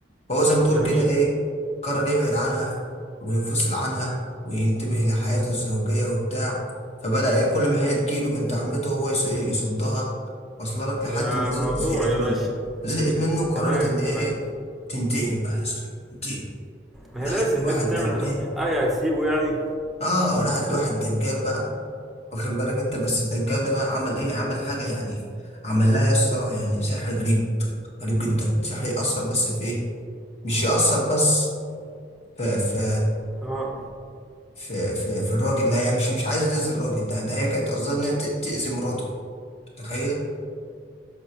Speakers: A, on the left; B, in the centre.
A: فهو زي ما تقول
B: جميل
A: كده ايه قرر يبعد عنها وينفصل عنها وينتبه لحياته الزوجية وبتاع فبدأ ايه كل ما هي تجيله بنت عمته هو يص- إيه يصدها وصل لك لحد
B: ده
A: ما زه-
B: موضوع
A: زهقت
B: يا
A: منه
B: باشا
A: زهقت منه وقررت
B: تمام
A: ان
B: تمام
A: هي ايه تنتقم بقى يا اسطى تنتقم
B: ما
A: راحت
B: هي لازم
A: لواحد
B: لازم تعمل
A: دجال
B: هتاخد حقها يا هتسيبه يعني
A: اه راحت لواحد دجال بقى واخد بالك انت بس الدجال ده بقى عمل ايه عمل حاجه يعني عمل لها يا اسطى يعني سحر غريب غريب جدا سحر يأثر بس في ايه مش يأثر بس في في
B: اه
A: في في, في الراجل ده هي مش مش عايزه تأذي الراجل ده ده هي كانت قصدها انها ت- تأذي مراته تخيل